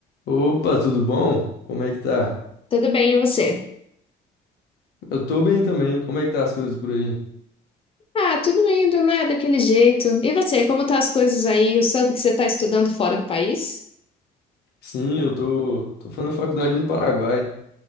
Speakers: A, on the left; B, on the left.
A: Opa, tudo bom? Como é que tá?
B: Tudo bem, e você?
A: Eu tô bem também. Como é que tá as coisas por aí?
B: Ah, tudo indo, né? Daquele jeito. E você, como tá as coisas aí? Eu soube que você tá estudando fora do país?
A: Sim, eu tô, tô fazendo faculdade no Paraguai.